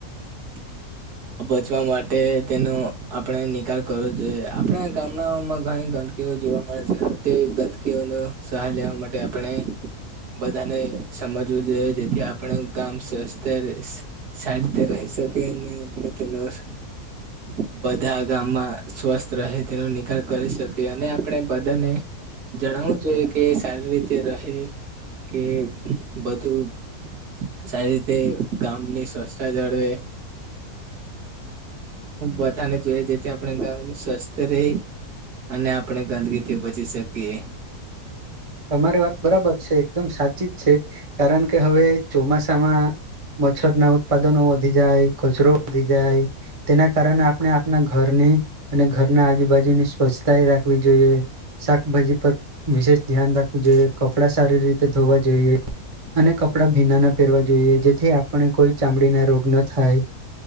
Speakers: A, on the right (about 85°); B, on the right (about 25°).
A: <inaudible> બચવા માટે તેનો આપણે નિકાલ કરવો જોઈએ આપણા ગામડાઓમાં ઘણી જોવા મળે છે તે ગંદકીઓનો સહાય લેવા માટે આપણે બધાને સમજવું જોઈએ જેથી આપણે ગામ સ્વસ્થ સાડ રીતે રહી શકે આપડ ત્યાં ન બધા ગામમાં સ્વસ્થ રહે તેનો નિકાલ કરી શકી અને આપણે બધાને જણાવવું જોઈએ કે સારી રીતે રહે કે બધું સારી રીતે ગામની સ્વચ્છતા જાળવે. - બધાને જોઈએ જેથી આપણે <unintelligible> ગ સ્વસ્થ રહી અને આપણે ગંદકીથી બચી શકીએ. -
B: તમારી વાત બરાબર છે એકદમ સાચી જ છે કારણ કે હવે ચોમાસામાં મચ્છર ના ઉત્પાદનો વધી જાય, કચરો વધી જાય. - તેના કારણે આપણે આપના ઘરની અને ઘરના આજુબાજુની સ્વચ્છતા એ રાખવી જોઈએ. - શાકભાજી પર વિશેષ ધ્યાન રાખવું જોઈએ કપડા સારી રીતે ધોવા જોઈએ. - અને કપડા ભીના ના પહેરવા જોઈએ જેથી આપણે કોઈ ચામડીના રોગ ન થાય. -